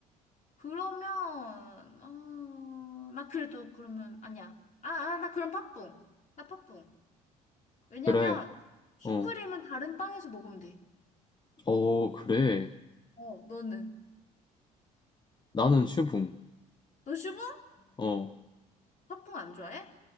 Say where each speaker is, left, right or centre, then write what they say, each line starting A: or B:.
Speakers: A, on the left (about 40°); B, on the left (about 25°).
A: 그러면 어, 나 그래도 그러면 아니야. 아, 아, 나 그럼 팥붕. 나 팥붕. 왜냐면
B: 그래.
A: 슈크림은
B: 어,
A: 다른 빵에서 먹으면 돼.
B: 어, 그래.
A: 어, 너는?
B: 나는 슈붕.
A: 너 슈붕?
B: 어,
A: 팥붕 안 좋아해?